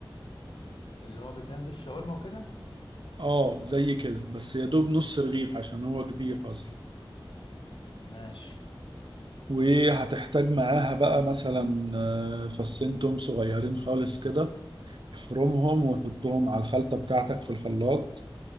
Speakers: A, on the left; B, on the right.
A: اللي هو بيتعمل بيه الشاورما وكده
B: اه زي كده بس يا دوب نص رغيف عشان هو كبير اصلا
A: ماشي
B: وهتحتاج معاها بقى مثلا آه، فصين توم صغيرين خالص كده افرمهم وحطهم على الخلطة بتاعتك في الخلاط